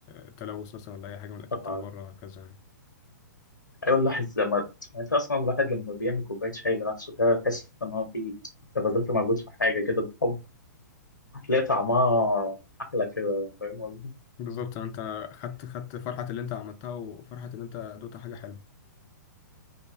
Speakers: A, on the left; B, on the left.
A: آه، تلوث مثلا ولا اي حاجه من الاكل بتاع
B: آه،
A: بره كذا يعني.
B: أيوة الواحد لما يعني أنت أصلا الواحد لما بيعمل كوباية شاي لنفسه كده بيحس إن هو في أنت بذلت مجهود في حاجة كده بحب هتلاقي طعمها أحلى كده فاهم قصدي؟
A: بالظبط انت خدت خدت فرحه اللي انت عملتها وفرحه ان انت دوت حاجه حلوه